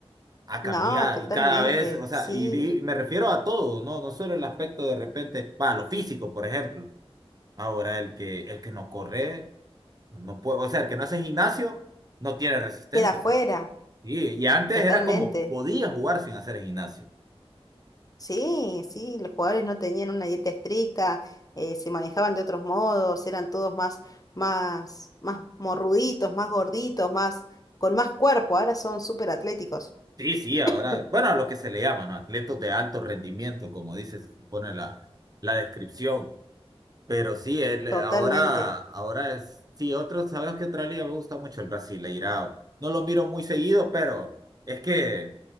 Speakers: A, on the right (about 40°); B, on the left (about 35°).
A: ha cambiado
B: No, totalmente,
A: y cada vez, o sea,
B: sí.
A: y, di- me refiero a todo, ¿no? No solo el aspecto de repente, para lo físico, por ejemplo. Ahora, el que, el que no corre, no puede, o sea, el que no hace gimnasio, no tiene resistencia,
B: Queda fuera,
A: pues. Sí, y antes
B: totalmente.
A: era como, podía jugar sin hacer gimnasio.
B: Sí, sí, los jugadores no tenían una dieta estricta, eh, se manejaban de otros modos, eran todos más, más, más morruditos, más gorditos, más, con más cuerpo. Ahora son súper atléticos.
A: Sí, sí, ahora,
B: <clears throat> <laughs>
A: bueno, a lo que se le llama, ¿no? Atletas de alto rendimiento, como dice, se pone la, la descripción. Pero sí, el- eh,
B: Totalmente.
A: ahora, ahora es, sí, otro, sabes que otra liga me gusta mucho el Brasileirao. No lo miro muy seguido, pero es que